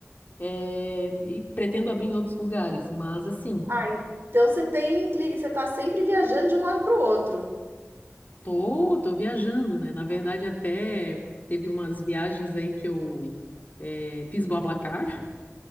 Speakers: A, on the left (about 40°); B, on the right (about 55°).
A: eh, e pretendo abrir em outros lugares, mas assim,
B: Ah, então você tem, cli- você tá sempre viajando de um lado pro outro.
A: tô, tô viajando, né? Na verdade, até teve umas viagens aí que eu eh, fiz BlaBlaCar,